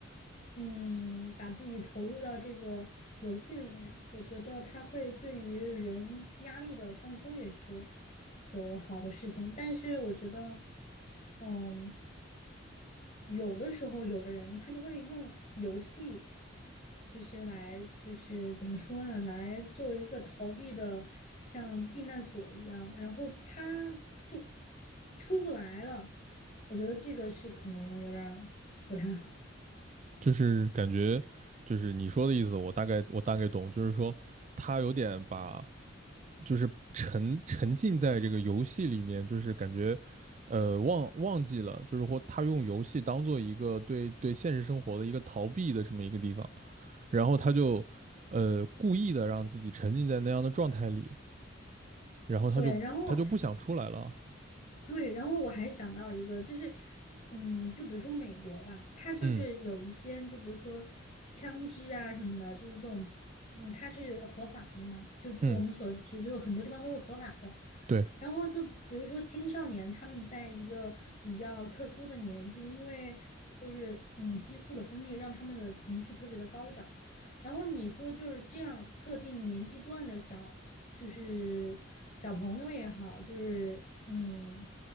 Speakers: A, on the left; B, on the right.
A: 嗯，把自己投入到这个游戏里面儿我觉得它会对于人压力的放松也是有好的事情。但是我觉得，嗯，有的时候有的人他就会用游戏，就是来就是怎么说呢，来作为一个逃避的像避难所一样，然后他就出不来了。我觉得这个是可能有点儿不太好的。
B: 就是感觉，就是你说的意思，我大概我大概懂，就是说，他有点把，就是沉沉浸在这个游戏里面，就是感觉，呃，忘忘记了，就是或他用游戏当做一个对对现实生活的一个逃避的这么一个地方。然后他就呃故意的让自己沉浸在那样的状态里，然后他就他就不想出来了。
A: 对，然后。对，然后我还想到一个，就是，嗯，就比如说美国吧，它就是有一些，
B: 嗯
A: 就比如说枪支啊什么的，就是这种，嗯，它是合法的嘛，就据我们所知，
B: 嗯，
A: 就是很多地方都是合法的。
B: 对，
A: 然后就比如说青少年，他们在一个比较特殊的年纪，因为就是嗯激素的分泌让他们的情绪特别的高涨。然后你说就是这样特定年纪段的小，就是小朋友也好，就是嗯。